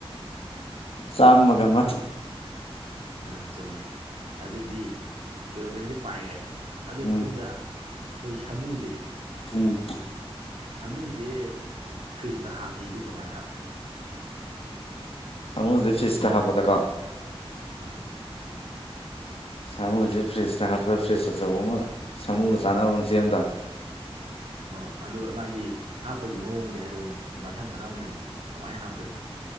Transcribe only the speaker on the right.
ꯑ ꯆꯨꯝꯃꯦ ꯑꯗꯨꯗꯤ ꯑꯦꯔꯣꯄ꯭ꯂꯦꯟꯁꯦ ꯄꯥꯏꯈ꯭ꯔꯦ ꯑꯗꯨꯒꯤ
ꯃꯇꯨꯡꯗ ꯑꯩꯈꯣꯏ ꯁꯥꯃꯨꯁꯦ
ꯁꯥꯃꯨꯁꯦ ꯐ꯭ꯔꯤꯖꯇ ꯍꯥꯞꯀꯦꯗꯤ ꯀꯃꯥꯏꯅ ꯍꯥꯞꯅꯤ
ꯎꯥ
ꯑꯣ ꯑꯗꯨ ꯃꯥꯒꯤ ꯍꯥꯞꯄꯒꯤ ꯃꯑꯣꯡꯁꯦ ꯍꯥꯏꯔꯛꯎꯅꯦ ꯃꯊꯪ ꯃꯅꯥꯎ ꯅꯥꯏꯅ ꯀꯃꯥꯏꯅ ꯍꯥꯞꯀꯅꯤ